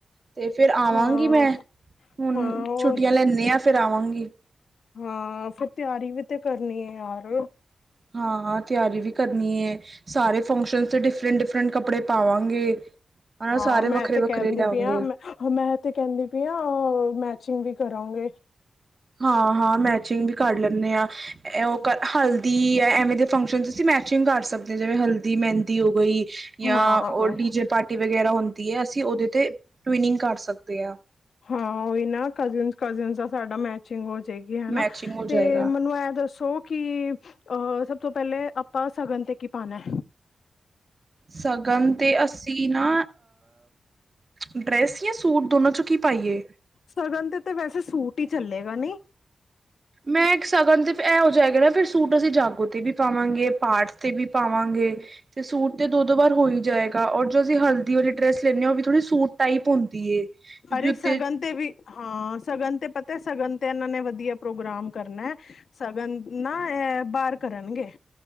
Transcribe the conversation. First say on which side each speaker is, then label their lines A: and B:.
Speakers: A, on the right (about 35°); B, on the left (about 75°).
A: ਤੇ ਫੇਰ ਆਵਾਂਗੀ
B: ਹਾਂ
A: ਮੈਂ, ਹੁਣ
B: ਹਾਂ ਉਹ
A: ਛੁੱਟੀਆਂ ਲੈਂਦੀ ਹਾਂ। ਫਿਰ ਆਵਾਂਗੀ
B: ਹਾਂ ਫੇਰ ਤਿਆਰੀ ਵੀ ਤੇ ਕਰਨੀ ਹੈ ਯਾਰ।
A: ਹਾਂ ਹਾਂ ਤਿਆਰੀ ਵੀ ਕਰਨੀ ਏ, ਸਾਰੇ ਫੰਕਸ਼ਨ ਚ ਡਿਫਰੈਂਟ ਡਿਫਰੈਂਟ ਕੱਪੜੇ ਪਾਵਾਂਗੇ। ਹਨਾ
B: ਹਾਂ
A: ਸਾਰੇ
B: ਮੈਂ
A: ਵੱਖਰੇ
B: ਤੇ ਕਹਿੰਦੀ
A: ਵੱਖਰੇ ਲਿਆਉਗੇ।
B: ਪਈ ਹਾਂ ਮੈਂ, ਮੈਂ ਤੇ ਕਹਿੰਦੀ ਪਈ ਆਂ ਮੈਚਿੰਗ ਵੀ ਕਰਾਂਗੇ।
A: ਹਾਂ-ਹਾਂ, ਮੈਚਿੰਗ ਵੀ ਕਰ ਲੈਂਨੇ ਹਾਂ। ਉਹ ਕਰ, ਹਲਦੀ ਹੈ ਐਵੇਂ ਦੇ ਫੰਕਸ਼ਨ ਚ ਤੁਸੀਂ ਮੈਚਿੰਗ ਕਰ ਸਕ ਦੇ, ਜਿਵੇਂ ਹਲਦੀ ਮਹਿੰਦੀ ਹੋ ਗਈ ਯਾ
B: ਹਾਂ
A: ਉਹ ਡੀਜੇ ਪਾਰਟੀ ਵਗੈਰਾ ਹੁੰਦੀ ਹੈ, ਅਸੀਂ ਉਹਦੇ ਤੇ ਟਵਿਨਿੰਗ ਕਰ ਸਕਦੇ ਆ।
B: ਹਾਂ ਉਹੀ ਨਾ, ਕਜ਼ਨਸ ਕਜ਼ਨਸ ਦਾ ਸਾਡਾ ਮੈਚਿੰਗ ਹੋ ਜਾਏਗਾ ਥੇ ਗੀ ਹੈਨਾ,
A: ਮੈਚਿੰਗ ਹੋ ਜਾਏਗਾ
B: ਤੇ ਮੈਨੂੰ ਇਹ ਦੱਸੋ ਕਿ ਅ ਸਭ ਤੋਂ ਪਹਿਲੇ ਆਪਾਂ ਸਗਨ ਤੇ ਕੀ ਪਾਣੈ।
A: ਸ਼ਗਨ ਤੇ ਅਸੀਂ ਨਾ, ਡਰੈਸੀਅ ਸੂਟ, ਦੋਨਾਂ ਚੋਂ ਕੀ ਪਾਈਏ
B: ਸਗਨ ਤੇ ਤੇ ਵੈਸੇ ਸੂਟ ਹੀ ਚੱਲੇਗਾ, ਨਹੀਂ?
A: ਮੈਂ ਇੱਕ ਸ਼ਗਨ ਤੇ ਇਹ ਹੋ ਜਾਏਗਾ ਨਾ ਫਿਰ ਸੂਟ ਅਸੀਂ ਜਾਗੋ ਤੇ ਵੀ ਪਾਵਾਂਗੇ, ਪਾਠ ਤੇ ਵੀ ਪਾਵਾਂਗੇ। ਤੇ ਸੂਟ ਤੇ ਦੋ ਦੋ ਵਾਰ ਹੋ ਹੀ ਜਾਏਗਾ, ਔਰ ਜੋ ਅਸੀਂ ਹਲਦੀ ਵਾਲੀ ਡਰੈਸ ਲੈਂਦੇ ਹਾਂ ਉਹ ਵੀ ਥੋੜੀ ਸੂਟ ਟਾਈਪ ਹੁੰਦੀ ਏ ਕਿਉਂਕਿ
B: ਅਰੇ
A: ਉੱਤੇ
B: ਸਗਨ ਤੇ ਵੀ, ਹਾਂ ਸਗਨ ਤੇ ਪਤਾ ਸਗਨ ਤੇ ਇਹਨਾਂ ਨੇ ਵਧੀਆ ਪ੍ਰੋਗਰਾਮ ਕਰਨੈ, ਸਗਨ ਨਾ ਇਹ ਬਾਹਰ ਕਰਨਗੇ।